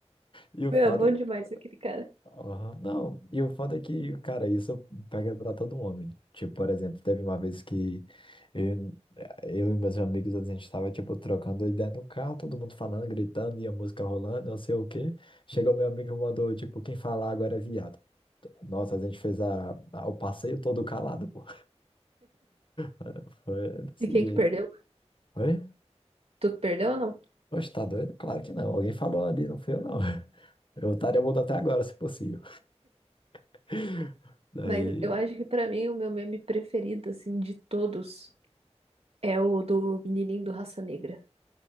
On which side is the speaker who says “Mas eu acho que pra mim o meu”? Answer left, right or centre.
Right